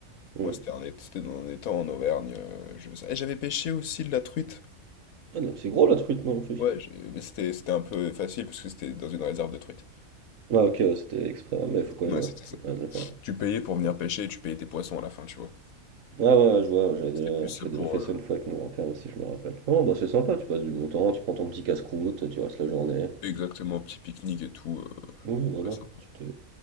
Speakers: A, on the right; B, on the left.
A: Hmm.
B: Moi, c'était un é- c'était dans un étang en Auvergne. euh, je faisais ça. Et j'avais pêché aussi de la truite.
A: Ah, non, c'est gros la truite, non, en plus.
B: Ouais, j'ai- mais c'était c'était un peu facile parce que c'était dans une réserve de truite.
A: Ah, ok, ouais, c'était exprès, ouais, mais faut quand
B: Ouais,
A: même,
B: c'était ça.
A: faut quand même le faire.
B: Tu payais pour venir
A: Bon.
B: pêcher et tu payais tes poissons à la fin, tu vois.
A: Ouais, ouais, ouais, je vois, j'avais
B: C'était
A: déjà,
B: plus
A: j'avais
B: pour
A: déjà fait
B: euh,
A: ça une fois avec mon grand-père aussi, je me rappelle. Oh, bah c'est sympa, tu passes du bon temps, tu prends ton petit casse-croûte, tu restes la journée.
B: exactement petit pique-nique et tout. euh,
A: Oui, voilà,
B: très sympa.
A: tu te,